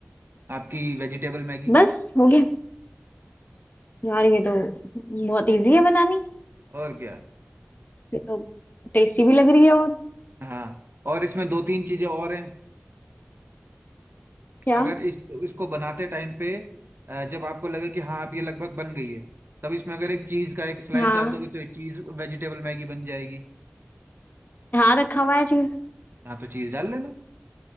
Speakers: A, on the right; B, on the left.
A: आपकी वेजिटेबल मैगी
B: बस हो गया यार ये तो बहुत इजी है बनानी
A: और क्या
B: ये तो टेस्टी भी लग रही है और
A: हाँ और इसमें दो तीन चीजें और हैं
B: क्या
A: अगर इस इसको बनाते टाइम पे अ, जब आपको लगे कि हाँ अब ये लगभग बन गई है तब इसमें अगर एक चीज का एक स्लाइस
B: हाँ
A: डाल दोगे तो ये चीज वेजिटेबल मैगी बन जाएगी
B: हाँ रखा हुआ है चीज
A: हाँ तो चीज डाल लेना